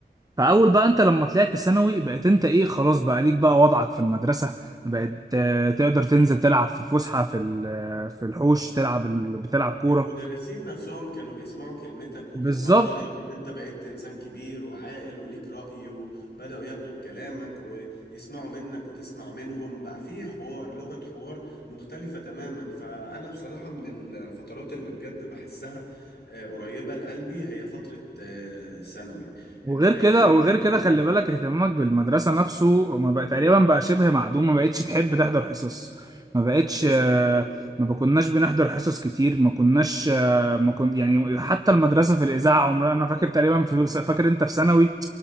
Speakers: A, on the right; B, on the left.
A: فاول بقى انت لما طلعت ثانوي بقيت انت ايه خلاص بقى ليك بقى وضعك في المدرسه بقيت آه، تقدر تنزل تلعب في الفسحه في ال- آه، في الحوش تلعب ال- بتلعب كوره
B: المدرسين نفسهم كانوا بيسمعوا كلمتك وبيسمعوا
A: بالظبط
B: رأيك ان انت بقيت انسان كبير وعاقل وليك رأي وبدأوا ياخدوا بكلامك ويسمعوا منك وتسمع منهم بقى فيه حوار لغة حوار مختلفة تماما فأنا بصراحة من الفترات اللي بجد بحسها آه، قريبة لقلبي هي فترة آه، ثانوي
A: وغير
B: ان ان
A: كده
B: احنا
A: وغير
B: كبرنا
A: كده خلي بالك اهتمامك بالمدرسة نفسه ما بقى تقريبا بقى شبه معدوم ما بقتش تحب تحضر حصص ما بقتش
B: مثلا
A: آه،
B: صح
A: ما كناش بنحضر حصص كتير ما كناش آه، ما كن يعني حتى المدرسة في الإذاعة عمرنا أنا فاكر تقريبا في فاكر أنت في ثانوي